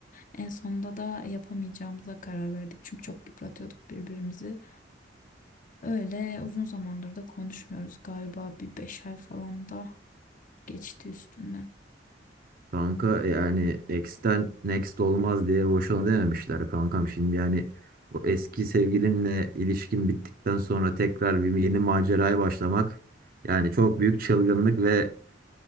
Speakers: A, on the left; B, on the right.
A: En sonunda da yapamayacağımıza karar verdik. Çünkü çok yıpratıyorduk birbirimizi. Öyle uzun zamandır da konuşmuyoruz galiba bir beş ay falan da geçti üstünden.
B: Kanka e, yani ex'ten next olmaz diye boşuna dememişler kankam. Şimdi yani o eski sevgilinle ilişkin bittikten sonra tekrar bir yeni maceraya başlamak yani çok büyük çılgınlık ve